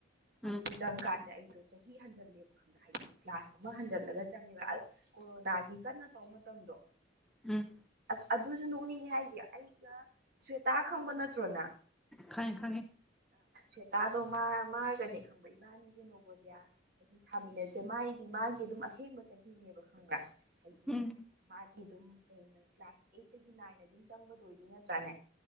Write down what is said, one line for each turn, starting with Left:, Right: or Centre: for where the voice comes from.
Right: ꯑꯗꯨ
Centre: ꯎꯝ
Right: ꯆꯪꯀꯥꯟꯗ ꯑꯩ ꯗꯣ ꯆꯍꯤ ꯍꯟꯖꯜꯂꯦꯕ ꯈꯪꯕ꯭ꯔ ꯍꯥꯏꯗꯤ ꯀ꯭ꯂꯥꯁ ꯑꯃ ꯍꯟꯖꯜꯂꯒ ꯆꯪꯉꯦꯕ ꯀꯣꯔꯣꯅꯥꯒꯤ ꯀꯟꯅ ꯇꯧꯕ ꯃꯇꯝꯗꯣ
Centre: ꯎꯝ
Right: ꯑꯁ ꯑꯗꯨꯁꯨ ꯅꯣꯛꯅꯤꯡꯉꯦ ꯍꯥꯏꯁꯦ ꯑꯩꯒ ꯁ꯭ꯋꯦꯇꯥ ꯈꯪꯕ ꯅꯠꯇ꯭ꯔꯣꯅꯥ
Centre: ꯈꯪꯉꯦ ꯈꯪꯉꯦ
Right: ꯁꯋꯦꯇꯥꯗꯣ ꯃꯥ ꯃꯥꯒꯅꯦ ꯈꯪꯕ ꯏꯕꯥꯅꯤꯁꯦ ꯅꯣꯕꯣꯗꯤꯌꯥ ꯍꯥꯏꯗꯤ ꯊꯥꯃꯤꯟꯅꯁꯦ ꯃꯥꯒꯤ ꯃꯥꯒꯤ ꯑꯗꯨꯝ ꯑꯁꯦꯡꯕ ꯆꯍꯤꯅꯦꯕ ꯈꯪꯕ꯭ꯔꯥ ꯍꯥꯏꯗꯤ
Centre: ꯎꯝ
Right: ꯃꯥꯒꯤ ꯑꯗꯨꯝ ꯀꯩ ꯀ꯭ꯂꯥꯁ ꯑꯩꯠꯇꯒꯤ ꯅꯥꯏꯟ ꯑꯗꯨꯝ ꯆꯪꯕꯗꯣ ꯑꯣꯏꯗꯣꯏ ꯅꯠꯇ꯭ꯔꯥꯅꯦ